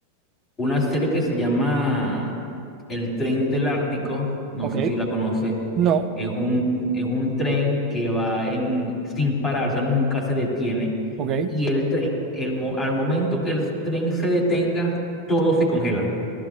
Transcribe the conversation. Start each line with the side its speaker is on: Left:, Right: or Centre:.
Left: una serie que se llama El tren del Ártico, no
Right: Ok.
Left: sé si la conoces.
Right: No.
Left: Es un, es un tren que va en, sin parar, o sea, nunca se detiene.
Right: Ok.
Left: Y el tren, el, mo- al momento que el tren se detenga, todos se congelan.